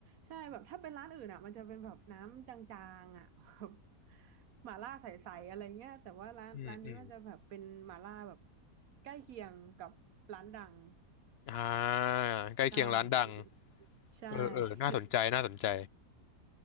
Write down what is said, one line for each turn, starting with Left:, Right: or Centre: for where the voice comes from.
Right: ใช่แบบถ้าเป็นร้านอื่นอ่ะมันจะเป็นแบบน้ำจางๆอ่ะแบบหม่าล่าใสๆอะไรเงี้ยแต่ว่าร้านร้านนี้มันจะแบบเป็นหม่าล่าแบบ
Left: อืมอืม
Right: ใกล้เคียงกับร้านดัง
Left: อ่าใกล้เคียงร้านดัง
Right: ใช่ใช
Left: เออเออน่าสนใจน่าสนใจ
Right: ่